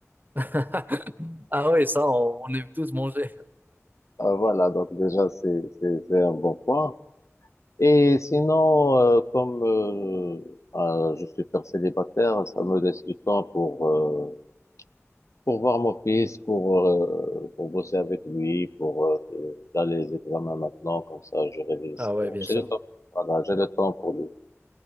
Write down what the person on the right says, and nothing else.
<laughs> Ah ouais, ça, on, on aime tous manger.
Ah ouais,
bien
sûr.